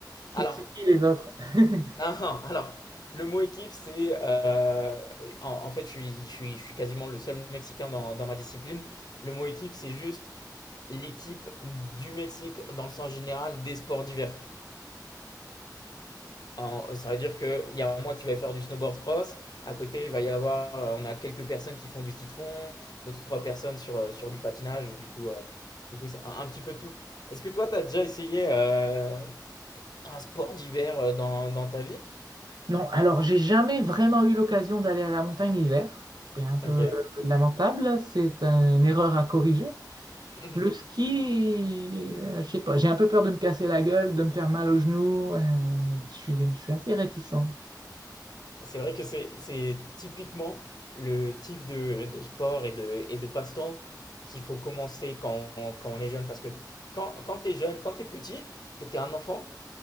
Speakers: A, on the right; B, on the left.
A: Qui
B: Alors,
A: c'est qui les autres? <laughs>
B: <laughs> alors le mot équipe, c'est. euh, en, en fait, je suis, je suis, je suis quasiment le seul Mexicain dans, dans ma discipline. Le mot équipe, c'est juste l'équipe du Mexique dans le sens général des sports d'hiver. En- ça veut dire qu'il y a moi qui vais faire du snowboard cross. À côté, il va y avoir, euh, on a quelques personnes qui font du ski de fond, deux, trois personnes sur, euh, sur du patinage. Du coup, euh, du coup, c'est un, un petit peu tout. Est-ce que toi, tu as déjà essayé euh, un sport d'hiver euh, dans, dans ta vie?
A: Non, alors j'ai jamais vraiment eu l'occasion d'aller à la montagne l'hiver. C'est un peu
B: Ok.
A: lamentable, c'est une erreur à corriger.
B: <laughs>
A: Le ski, euh, je sais pas, j'ai un peu peur de me casser la gueule, de me faire mal aux genoux. euh, je suis, je suis assez réticent.
B: C'est vrai que c'est c'est typiquement le type de, de sport et de, et de passe-temps qu'il faut commencer quand, quand on est jeune. Parce que quand, quand tu es jeune, quand tu es petit, que tu es un enfant,